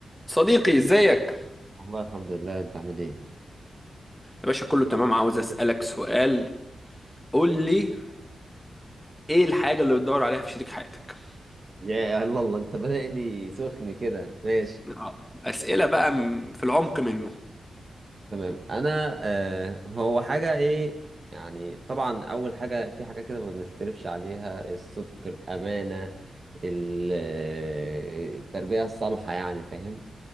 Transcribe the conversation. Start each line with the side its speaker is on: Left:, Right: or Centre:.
Centre: صديقي ازيك
Right: والله الحمد لله انت عامل ايه
Centre: يا باشا كله تمام عاوز اسالك سؤال قول لي ايه الحاجه اللي بتدور عليها في شريك حياتك
Right: يا الله الله انت بادئ لي سخن كده ماشي
Centre: اه اسئله بقى م- في العمق منه
Right: تمام انا آه هو حاجه ايه يعني طبعا اول حاجه في حاجه كده ما بنختلفش عليها الصدق الامانه ال- آه، التربيه الصالحه يعني فاهم